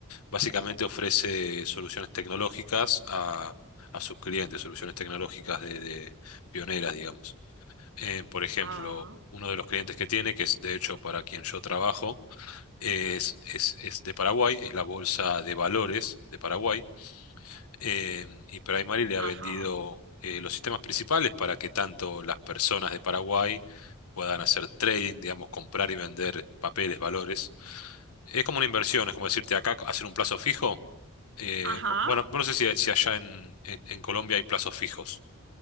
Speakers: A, on the left (about 85°); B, on the right (about 55°).
A: básicamente ofrece soluciones tecnológicas a, a sus clientes, soluciones tecnológicas de, de pioneras, digamos. Eh, por ejemplo,
B: Ah,
A: uno de los clientes que tiene, que es de hecho para quien yo trabajo, es, es, es de Paraguay, es la Bolsa de Valores de Paraguay eh, y Primary le ha
B: ajá,
A: vendido eh, los sistemas principales para que tanto las personas de Paraguay puedan hacer trading, digamos, comprar y vender papeles, valores. Es como una inversión, es como decirte acá hacer un plazo fijo. eh,
B: ajá.
A: bueno, no sé si, si allá en, en- en Colombia hay plazos fijos.